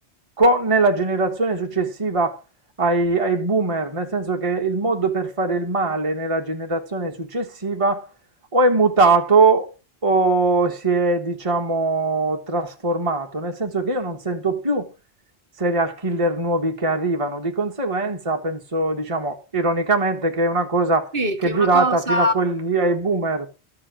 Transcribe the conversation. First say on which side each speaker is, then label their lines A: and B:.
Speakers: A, on the right; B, on the right.
A: Co nella generazione successiva ai, ai boomer, nel senso che il modo per fare il male nella generazione successiva o è mutato o si è, diciamo, trasformato, nel senso che io non sento più serial killer nuovi che arrivano, di conseguenza penso, diciamo, ironicamente che è una cosa
B: Sì,
A: che
B: che
A: è
B: è
A: durata
B: una cosa
A: fino a quelli ai boomer.